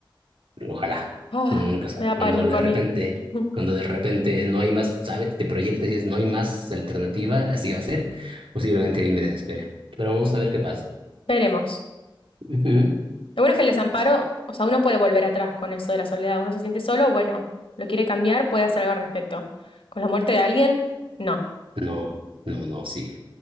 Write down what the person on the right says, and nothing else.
Ojalá.
Nunca sabe.
Cuando
de
repente,
cuando de repente no hay más, ¿sabes? Te proyectas y dices, no hay más alternativa, así va a ser. Posiblemente ahí me desespere. Pero vamos a ver qué pasa.
Ujú.
No, no, no, sí.